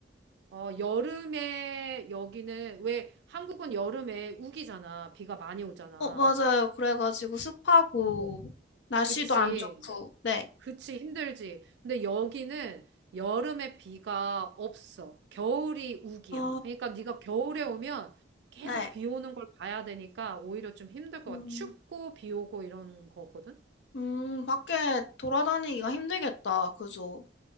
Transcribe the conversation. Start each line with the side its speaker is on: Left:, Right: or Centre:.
Right: 어, 여름에 여기는 왜 한국은 여름에 우기잖아. 비가 많이 오잖아.
Left: 어, 맞아요. 그래가지고 습하고,
Right: 어,
Left: 날씨도
Right: 그치.
Left: 안 좋고, 네.
Right: 그치, 힘들지. 근데 여기는 여름에 비가 없어. 겨울이 우기야.
Left: 아,
Right: 그러니까 네가 겨울에 오면 계속
Left: 네.
Right: 비 오는 걸 봐야 되니까 오히려 좀 힘들 것
Left: 음,
Right: 같아. 춥고 비 오고 이런 거거든.
Left: 음, 밖에 돌아다니기가 힘들겠다. 그죠?